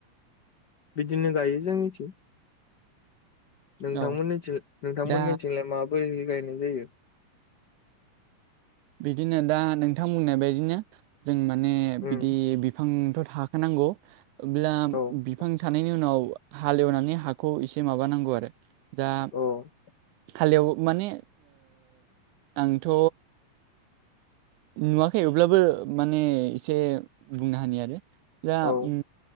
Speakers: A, on the left; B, on the right.
A: बिदिनो गायो जोंनिथि। नोंथांमोननिथि
B: औ
A: नोंथांमोननिथिंलाय
B: दा
A: माबोरै गायनाय जायो?
B: बिदिनो दा नोंथां बुंनाय बायदिनो जों माने
A: उम
B: बिदि बिफांथ' थाखानांगौ अब्ला
A: औ
B: बिफां थानायनि उनाव हालेवनानै हाखौ इसे माबानांगौ आरो दा
A: औ
B: हालेवो माने आंथ' नुवाखै अब्लाबो माने इसे बुंना होनि आरो जा
A: औ
B: उम